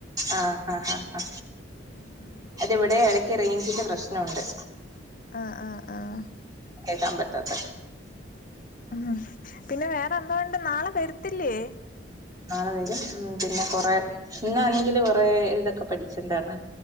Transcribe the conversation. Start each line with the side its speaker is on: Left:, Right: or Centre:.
Right: ആഹ് ആഹ് ആഹ് ഹാ
Left: ഉം പിന്നെ
Right: അതവിടെ ഇടക്ക റേഞ്ചിന്റെ പ്രശ്നുണ്ട്
Left: ആഹ് ആഹ് ആഹ്
Right: കേക്കാൻ പറ്റാത്ത
Left: ഉം പിന്നെ വേറെന്തോണ്ട് നാളെ വരത്തില്ലേ
Right: നാളെ വെരും ഉം പിന്നെ കൊറെ ഇന്നാണെങ്കില് കൊറെ ഇതൊക്കെ പഠിചണ്ടാണ്